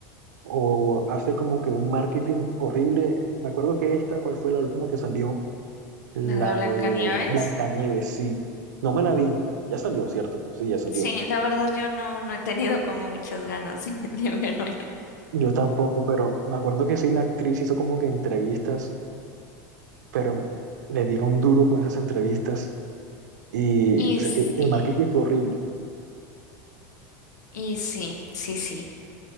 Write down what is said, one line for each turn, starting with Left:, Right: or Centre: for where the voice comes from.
Right: O hace como que un marketing horrible. Me acuerdo que esta, ¿cuál fue la última que salió? La
Left: La de Blancanieves.
Right: de Blancanieves, sí. No me la vi. Ya salió, ¿cierto? Sí, ya salió.
Left: Sí, la verdad yo no, no he tenido como muchas ganas de, de <laughs> verme.
Right: Yo tampoco, pero me acuerdo que sí, la actriz hizo como que entrevistas, pero le dieron duro con esas entrevistas y
Left: Y
Right: sé
Left: sí,
Right: que el marketing fue horrible.
Left: y sí, sí, sí.